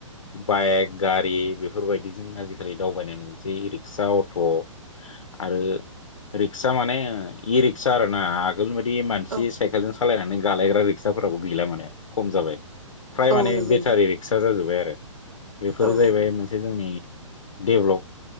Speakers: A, on the left (about 70°); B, on the right (about 80°).
A: बाइक, गारि बेफोरबायदिजों आजिखालि दावबायनाय नु‌ सै रिक्शा, अट' आरो रिक्शा माने ओ ई-रिक्शा आरोना आगोलनि बायदि मानसि
B: औ
A: साइकेलजों सालायनानै गालायग्रा रिक्शाफोराबो गैला माने खम जाबाय। फ्राय
B: औ
A: माने
B: नंगौ
A: बेथारि
B: नोंथां
A: रिक्शा जाजोब्बाय आरो बेफोरो
B: औ
A: जाहैबाय मोनसे जोंनि देबलग